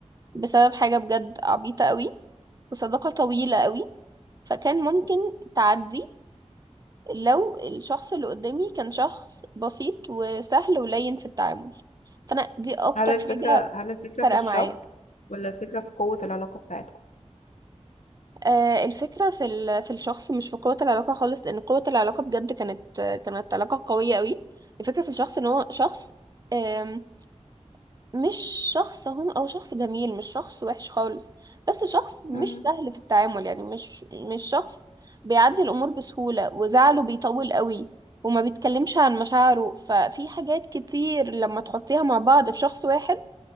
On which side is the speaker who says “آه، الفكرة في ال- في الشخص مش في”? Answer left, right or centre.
Right